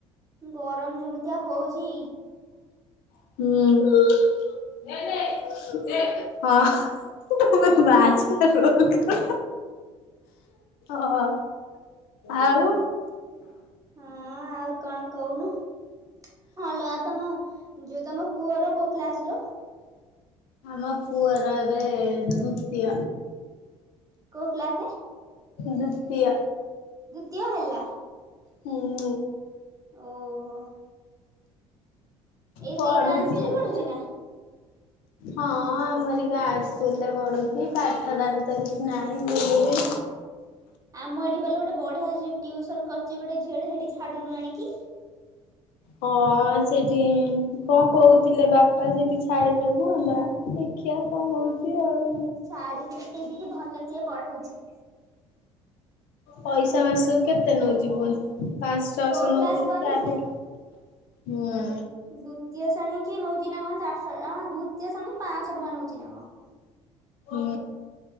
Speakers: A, on the right; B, on the left.
A: ଗରମ୍ ଯେମିତିଆ ହଉଚି।
B: ହୁଁ ହଁ। <unintelligible> ମା ଛୁଆ ରୋଲ୍ କର ହଁ। ଆଉ
A: ହଁ ଆଉ କଣ କଉନୁ। ହଁ ଲୋ ଆଉ ତମ ଯୋଉ ତମ ପୁଅର କୋଉ କ୍ଲାସ୍ ଲୋ?
B: ଆମ ପୁଅ ର ଏବେ ଦୁତୀୟ।
A: କୋଉ କ୍ଲାସେ?
B: ଦୁତିୟ।
A: ଦୁତୀୟ ହେଲା।
B: ହୁଁ।
A: ଓହୋ। ଏଇ
B: ପଢ଼ୁଛି
A: ଏଇ ଗାଁ ସ୍କୁଲରେ
B: ଅବିକା।
A: ପଢୁଛି ନା?
B: ହଁ ଆମରି ଗାଁ ସ୍କୁଲ୍ ରେ ପଢ଼ୁଛି ପାଠ ସାଠ ତ କିଛି ନାହିଁ ବୁଲୁଚି।
A: ଆମ ଏଠି <unintelligible> ଗୋଟେ ବଢିଆ ଟିଉସନ୍ କରୁଚି ଗୋଟେ ଝିଅଟେ ସେଠି ଛାଡୁନୁ ଆଣିକି।
B: ହଁ ସେଠି କଣ କହୁଥିଲେ ବାପା ସେଠି <unintelligible> ହୁଅନ୍ତା। ଦେଖିଆ କଣ ହଉଛି ଆଉ।
A: ଛାଡ଼ିବୁ ଲୋ ସେଇଠିକି ଭଲ ସିଏ ପଢଉଛି।
B: ପଇସା ମାସକୁ କେତେ ନଉଚି ପୁଣି ପାଆଁସ ଛଅଶହ
A: କୋଉ
B: ନଉଥିବ
A: କ୍ଲାସ କହନି
B: ଯାହାବି ହେଲେ ହୁଁ।
A: ଦୁତୀୟ ଶ୍ରେଣୀ କି ନଉଚି ନା କଣ ଚାରିଶହ ଆଁ ଦୁତୀୟ ଶ୍ରେଣୀ କି ପାଆଁସ ଟଙ୍କା ନଉଛି ନା କଣ।
B: ହୁଁ